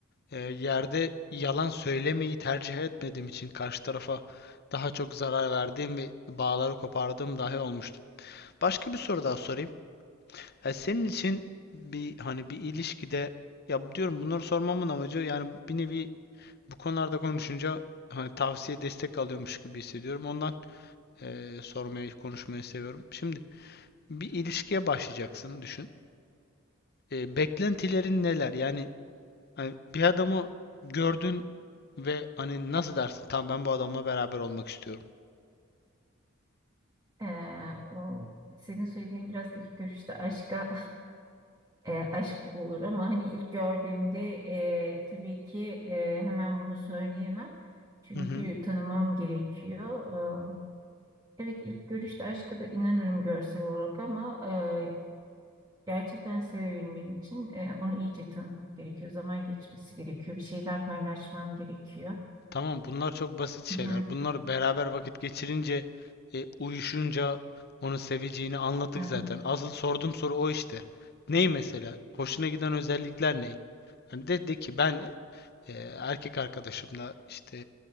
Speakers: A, on the left (about 50°); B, on the right (about 20°).
A: e, yerde yalan söylemeyi tercih etmediğim için karşı tarafa daha çok zarar verdiğim ve bağları kopardığım dahi olmuştu. Başka bir soru daha sorayım. E, senin için bir hani bir ilişkide ya diyorum bunları sormamın amacı yani bir nevi bu konularda konuşunca hani tavsiye destek alıyormuş gibi hissediyorum. Ondan eee, sormayı, konuşmayı seviyorum. Şimdi bir ilişkiye başlayacaksın düşün. Eee, beklentilerin neler? Yani hani bir adamı gördün ve hani nasıl dersin? Tamam ben bu adamla beraber olmak istiyorum.
B: Ee, o senin söylediğin biraz ilk görüşte aşka <laughs> e, aşk gibi olur ama hani ilk gördüğümde e, tabii ki e, hemen bunu söyleyemem. Çünkü
A: Hı hı.
B: tanımam gerekiyor. Ee, evet ilk görüşte aşka da inanırım görsel olarak ama e, gerçekten sevebilmem için e, onu iyice tanımam gerekiyor. Zaman geçmesi gerekiyor. Bir şeyler paylaşmam gerekiyor.
A: Tamam bunlar çok basit şeyler.
B: Hı hı,
A: Bunlar beraber vakit geçirince, e, uyuşunca onu seveceğini anladık
B: evet,
A: zaten. Asıl sorduğum soru o işte. Ney mesela? Hoşuna giden özellikler ney? Hani de, de ki ben e, erkek arkadaşımla işte